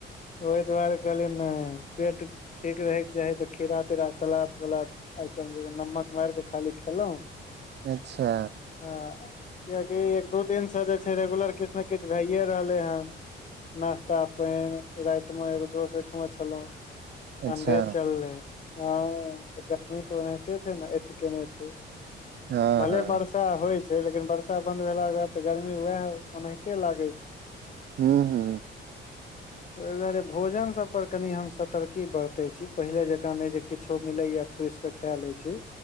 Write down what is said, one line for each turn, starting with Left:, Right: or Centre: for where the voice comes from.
Left: यै ओहि दुआरे कहलियै नहि पेट ठीक रहैके चाही तऽ खीरा तीरा सलाद उलाद आइटम जेना नमक मारि कऽ खाली खेलहुँ
Right: अच्छा
Left: हँ कियकि एक दू दिनसँ जे छै रेगुलर किछ ने किछ भैए रहले हन नाश्ता पाइन राइत म एगो दोस्त ओहिठमा छलहुँ
Right: अच्छा
Left: अंडे चललै हँ तऽ गर्मी तऽ ओनाहिते छै नऽ एत केने छै
Right: हँ
Left: भले
Right: हँ
Left: बर्षा होइ छै लेकिन बर्षा बन्द भेलाकेँ बाद तऽ गरमी वएह ओनाहिते लागै छै
Right: हूँ हूँ
Left: <inaudible> ओहि दुआरे भोजन सब पर कनी हम सतर्की बरते छी पहिले जकाँ नहि जे किछो मिलेया ठुस के खा लै छी